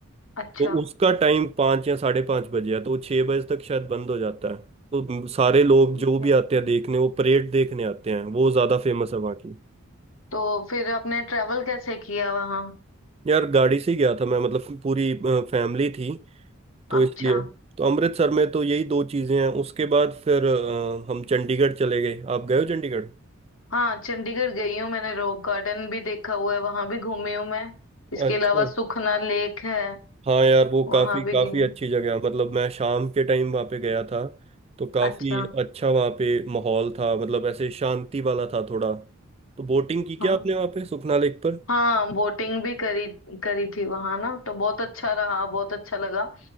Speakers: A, on the left; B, on the right.
A: अच्छा
B: तो उसका टाइम पाँच या साढ़े पाँच बजे है तो वो छः बजे तक शायद बंद हो जाता है तो सारे लोग
A: ठीक
B: जो भी
A: है
B: आते हैं देखने वो परेड देखने आते हैं वो ज़्यादा फेमस है वहाँ की
A: तो फिर आपने ट्रेवल कैसे किया वहाँ
B: यार गाड़ी से ही गया था मैं मतलब पूरी फैमिली थी तो
A: अच्छा
B: इसलिए तो अमृतसर में तो यही दो चीज़ें हैं उसके बाद फिर अ, हम चंडीगढ़ चले गए आप गए हो चंडीगढ़
A: हाँ चंडीगढ़ गई हूँ मैंने रॉक गार्डन भी देखा हुआ है वहां भी घूमी हूँ मैं इसके
B: अच्छा
A: अलावा सुखना लेक है
B: हाँ यार वो
A: वहां
B: काफी
A: भी
B: काफी
A: गई हूँ
B: अच्छी जगह है। मतलब मैं शाम के टाइम वहाँ पे गया था तो काफी
A: अच्छा
B: अच्छा वहाँ पे माहौल था मतलब ऐसे शांति वाला था थोड़ा तो बोटिंग की क्या
A: हाँ
B: आपने वहाँ पे सुखना लेक पर
A: हाँ बोटिंग भी करी करी थी वहां ना तो बहुत अच्छा रहा बहुत अच्छा लगा